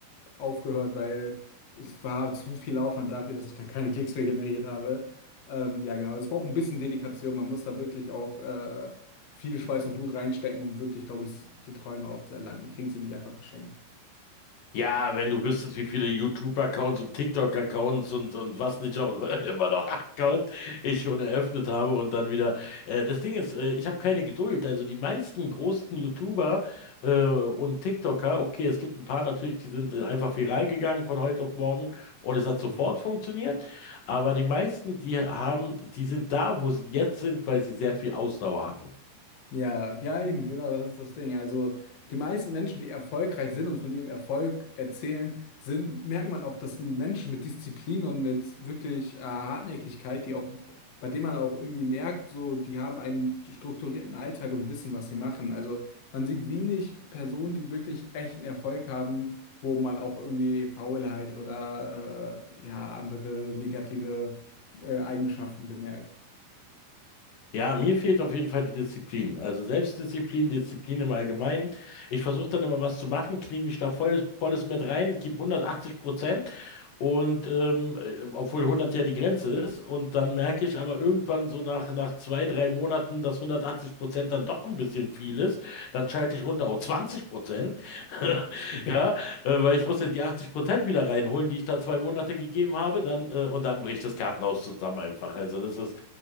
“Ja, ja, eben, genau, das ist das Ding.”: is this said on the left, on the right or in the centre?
Left